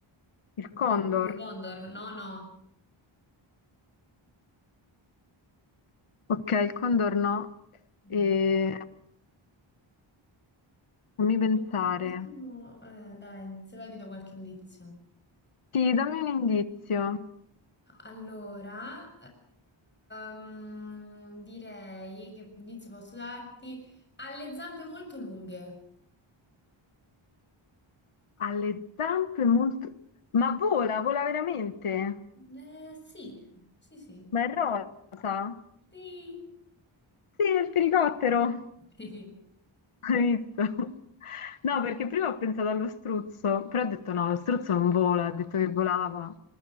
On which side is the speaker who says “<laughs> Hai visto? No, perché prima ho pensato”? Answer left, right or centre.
Left